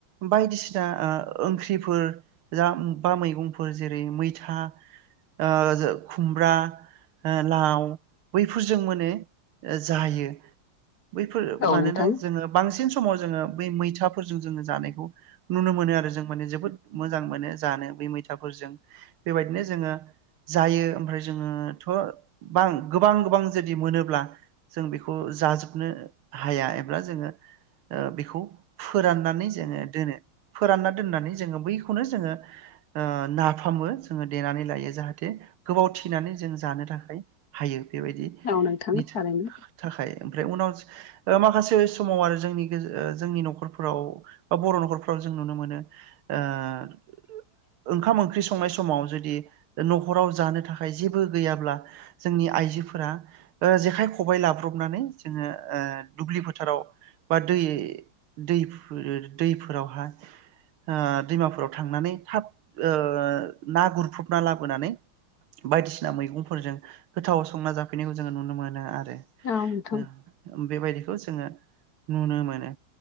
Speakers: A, on the right (about 80°); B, on the left (about 50°).
A: बायदिसिना ओ ओंख्रिफोर जा बा मैगंफोर जेरै मैथा ओ खुमब्रा ओ लाव बैफोरजों माने जायो। बैफोर
B: औ
A: मानोना
B: नोंथां
A: जोङो बांसिन समाव जोङो। बै मैथाफोरजों जोङो जानायखौ नुनो मोनो आरो। जों माने जोबोद मोजां मोनो जानो बे मैथाफोरजों। बेबायदिनो जोङो जायो ओमफ्राय जोङो थ' बां गोबां गोबां जुदि मोनोब्ला जों बेखौ जाजोबनो हाया एबा जोङो ओ बेखौ फोराननानै जोङो दोनो। फोरानना दोननानै जोङो बैखौनो जोङो ओ नाफामबो जोङो देनानै लायो। जाहाथे गोबाव थिनानै जों जानो थाखाय हायो। बेबायदिनि
B: औ नोंथां
A: बिद
B: थारैनो
A: थाखाय ओमफ्राय उनाव ओ माखासे समाव आरो जोंनि गेज जोंनि न'खरफोराव ओ बर' न'खरफ्राव जों नुनो मोनो। ओ ओंखाम ओंख्रि संनाय समाव जुदि न'खराव जानो थाखाय जेबो गैयाब्ला जोंनि आइजोफोरा ओ जेखाइ, खबाइ लाब्रबनानै जोङो ओ दुब्लि फोथाराव बा दै दैफोर दैफोरावहाय ओ दैमाफोराव थांनानै थाब ओ ना गुरफबना लाबोनानै। बायदिसिना मैगंफोरजों गोथावा संना जाफैनायखौ जोङो नुनो मोनो आरो।
B: औ नोंथां
A: ओं बेबायदिखौ जोङो नुनो मोनो।